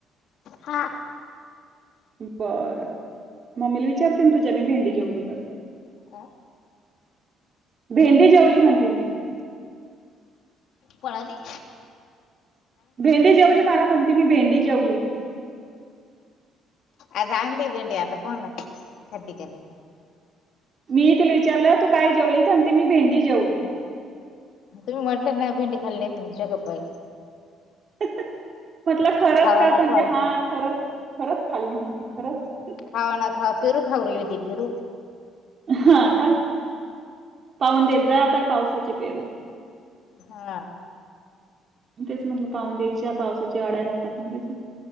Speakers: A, on the left (about 70°); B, on the right (about 40°).
A: हा
B: बरं मम्मीला विचारते तुझ्याने भेंडी जेवली का
A: काय
B: भेंडी जेवली म्हणते मी.
A: पणाली
B: भेंडी जेवली मला म्हणती मी भेंडी जेवली
A: आज आणली भेंडी आता फोनला खदीिकणे
B: मी तिला विचारलं तू काय जेवली आणि त मी भेंडी जेवली
A: तुम्ही म्हटले ना भेंडी खाल्ली नाही त म जगपाई
B: म्हटलं खरंच
A: खावा
B: का
A: ना
B: त्यां
A: खाव
B: ते हा खरंच खरंच खाल्ली म्हती खरंच
A: खावा ना खावा पेरू खा यती पिरू
B: हा का पाहून देत जा आता पावसाची पेरू
A: हा
B: तेच म्हटलं पाहून द्यायच्या पावसाच्या अड्या राहतात ना त्याच्या